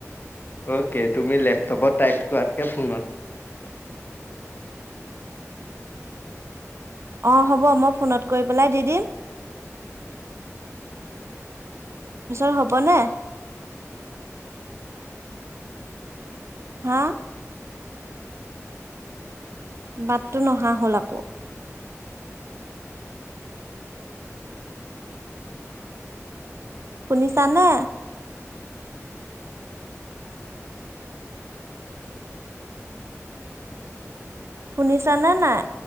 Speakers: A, on the left (about 40°); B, on the right (about 55°).
A: অ'কে তুমি লেপটপত টাইপ কৰাতকে ফোনত
B: অ' হ'ব মই ফোনত কৰি পেলাই দি দিম। পিছে হ'বনে? হা। বাটটো নহা হ'ল আকৌ। শুনিছানে? শুনিছানে নাই?